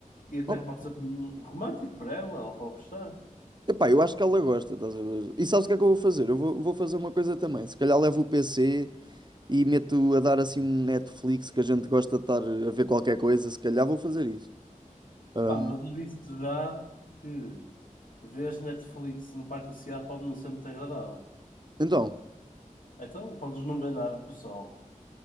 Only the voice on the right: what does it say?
Op-
Epá, eu acho que ela gosta, estás a ver? E sabes o que é que eu vou fazer? Eu vou, vou fazer uma coisa também. Se calhar levo o PC e meto a dar assim um Netflix que a gente gosta de estar a ver qualquer coisa. Se calhar vou fazer isso. Ahm,
então,